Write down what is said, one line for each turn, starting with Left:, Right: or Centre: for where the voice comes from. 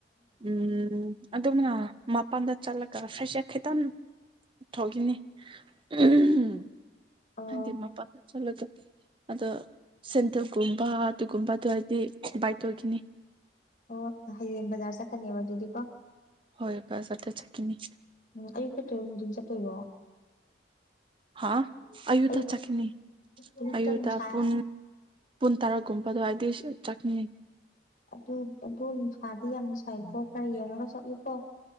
Right: ꯎꯝ ꯑꯗꯨꯝꯅ ꯃꯄꯥꯟꯗ ꯆꯠꯂꯒ ꯐꯔ꯭ꯦꯁꯔ ꯈꯤꯇꯪ ꯊꯣꯛꯈꯤꯅꯤ <unintelligible>
Left: ꯑꯣ
Right: ꯍꯥꯢꯗꯤ ꯃꯄꯥꯟꯗ ꯆꯠꯂꯒ ꯑꯗꯣ ꯁꯦꯟꯗꯦꯜꯒꯨꯝꯕ ꯗꯨꯒꯨꯝꯕꯗꯣ ꯑꯩꯗꯤ ꯕꯥꯏꯠ ꯇꯧꯗꯣꯢꯅꯦ
Left: ꯑꯣ ꯍꯌꯦꯡ ꯕꯖꯥꯔ ꯆꯠꯀꯅꯦꯕ ꯑꯗꯨꯗꯤ ꯀꯣ
Right: ꯍꯣꯢ ꯕꯖꯥꯔꯗ ꯆꯀꯅꯤ
Left: ꯎꯝ ꯑꯌꯨꯛ ꯆꯠꯇꯣꯢꯔꯣ ꯅꯨꯡꯗꯤꯟ ꯆꯠꯇꯣꯢꯔꯣ
Right: ꯍꯥꯥ ꯑꯌꯨꯇ
Left: ꯑꯌꯨꯛ
Right: ꯆꯠꯀꯅꯤ
Left: ꯑꯌꯨꯛꯇ
Right: ꯑꯌꯨꯇ
Left: ꯅꯨꯡꯁꯥ
Right: ꯄꯨꯡ ꯄꯨꯡ ꯇꯔꯥꯒꯨꯝꯕ ꯑꯗꯨꯋꯥꯢꯗꯩꯁꯨ ꯆꯠꯀꯤꯅꯤ
Left: ꯑꯗꯨ ꯑꯗꯨ ꯅꯨꯡꯁꯥꯗꯤ ꯌꯥꯝꯅ ꯁꯥꯢꯀꯣ ꯈꯔ ꯌꯦꯡꯉꯒ ꯆꯠꯂꯨꯀꯣ